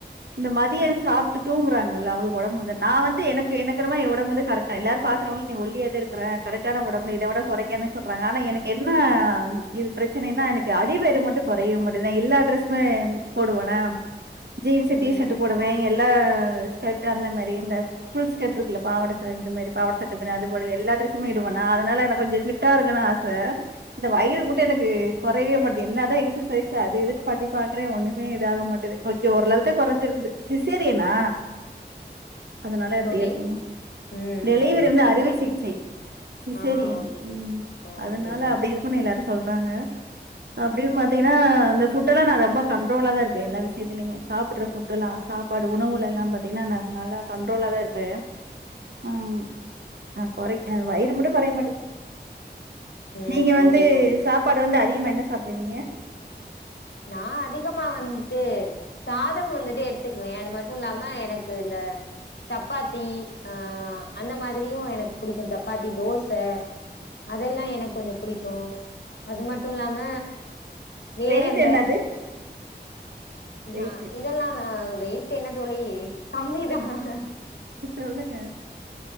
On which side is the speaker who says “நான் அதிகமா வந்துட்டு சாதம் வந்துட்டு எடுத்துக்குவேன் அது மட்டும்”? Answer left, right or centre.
Left